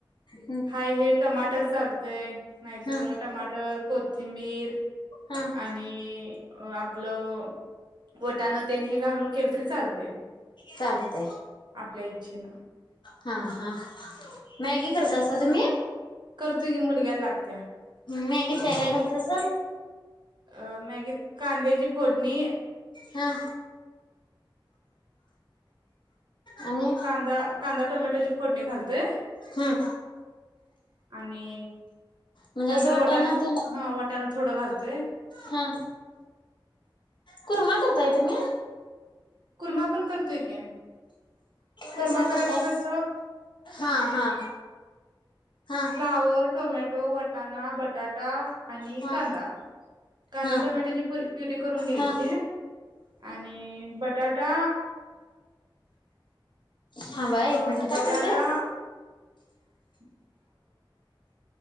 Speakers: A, on the left; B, on the right.
A: हम्म
B: हाय हे टमाटर चालतय नाहीतर
A: हा
B: टमाटर, कोथिंबीर
A: हा
B: आणि आपलं वटानतेने हे घालून केलं तरी चालते
A: चालतय
B: आपल्या इच्छेनं‌.
A: हा हा, मॅगी करता सा तुम्ही?
B: करतो की मुलग्याला लागत्या.
A: मॅगीत काय काय घालतासा
B: अ मॅगीत कांद्याची फोडणी.
A: हा आणि.
B: कांदा कांदा, टोमॅटोची फोडणी घालतोय.
A: हम्म
B: आणि
A: म्हणजे
B: नंतर
A: असं वटाणा
B: वटाण,
A: तेन
B: हा वटाण थोडं घालतोय.
A: हा, कुर मा करताय तुमही?
B: कुरमा पण करतोय की, कुरमा
A: कसा
B: करायला
A: करताय?
B: कस
A: हा हा. हा
B: फ्लावर, टोमॅटो, वटाणा, बटाटा आणि
A: हा
B: कांदा. कांदा,
A: हा
B: टोमॅटोची परी प्युरी करून घ्यायची.
A: हा
B: आणि बटाटा
A: थांबा एक
B: अ,
A: मिनट
B: बटाटा
A: काय म्हणलंस?
B: <inaudible>